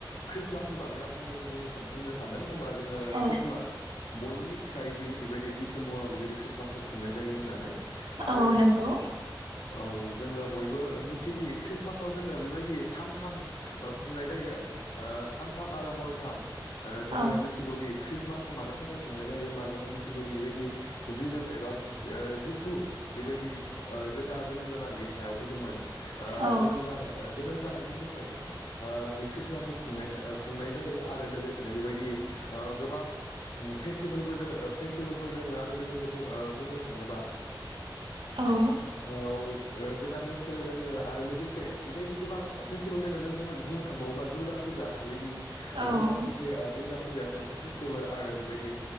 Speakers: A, on the left (about 80°); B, on the right (about 80°).
A: खृस्टमासनि बागै आं फंनैसो बुंनो- बुंनो सानदों होनबा जोंङो
B: औ
A: खृस्टमास बयबो मिथिखायोदि बेबायदि दिसेम्बराव बेबायदि ख्रिस्टमासखौ खुंनाय जायो होननानै आरो
B: औ नंगौ
A: औ जोंङो बयबो मिथियोदि ख्रिस्टमासाव जोंङो बेबायदि सानथाम खुंनाय जायो ओ सानथाम आरो हरथाम ओ जोंङो
B: औ
A: मिथिगौदि ख्रिस्टमास मानो थाखाय खुंनाय जायो होमबा जोंङो मिथिगौदि बेबायदि जि <unintelligible> एबा जिसु बेबायदि जेब्ला जोनोम जाना बे हायाव फैदोंमोन ओ
B: औ
A: जोनोम जानाय जोनोम जानायनि मुङै ओ बे ख्रिस्टमासखौ खुंनाय खुंनाय जायो आरो लोगोसेनो बेबायदि ओ गोबां फेस्टिभेलफोर - फेस्टिभेलफोर दङ आरो लोगोसे बुंनो थाङोबा
B: औ
A: औ ओ गोदान बोसोर दोङो आरो लोगोसे बेबायदि गोबां फेस्टिभेल दोङो जों बुंनो थांबावोबा दुर्गा फुजा फुजा बेबायदि
B: औ
A: दुर्गा फुजाया दुर्गा फुजाया मोनसे फेस्टिभेल आरो बेबायदि